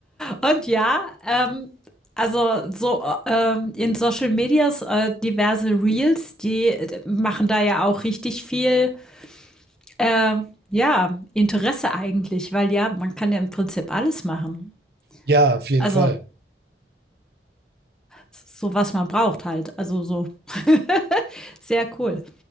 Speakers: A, in the centre; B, on the right.
A: Und ja, ähm, also so ähm, in Social Medias äh, diverse Reels, die äh, machen da ja auch richtig viel, äh, ja, Interesse eigentlich, weil ja, man kann ja im Prinzip alles machen.
B: Ja, auf jeden
A: Also
B: Fall.
A: so was man braucht halt. Also so <laughs> sehr cool.